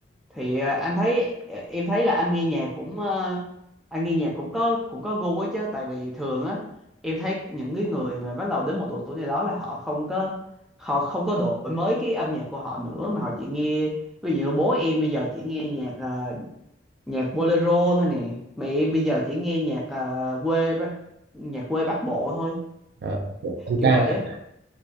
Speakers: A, in the centre; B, on the right.
A: Thì ờ, anh thấy ờ, em thấy là anh nghe nhạc cũng ờ, anh nghe nhạc cũng có cũng có gu ấy chứ tại vì thường á em thấy những cái người mà bắt đầu đến một độ tuổi này đó là họ không có họ không có đổi mới cái âm nhạc của họ nữa mà họ chỉ nghe ví dụ như bố em bây giờ chỉ nghe nhạc ờ, nhạc bolero thôi nè mà em bây giờ chỉ nghe nhạc ờ, quê bác nhạc quê Bắc Bộ thôi
B: à, của tân
A: kiểu
B: ca
A: vậy á